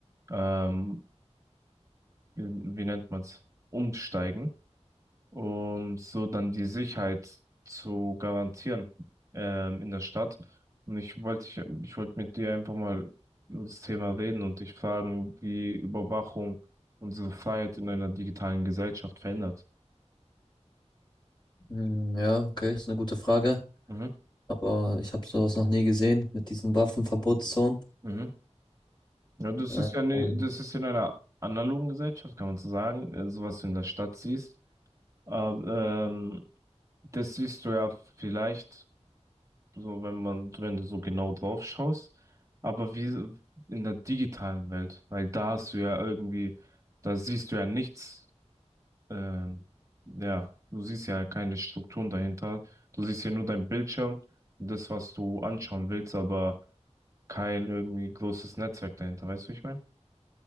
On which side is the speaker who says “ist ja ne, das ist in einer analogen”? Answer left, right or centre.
Right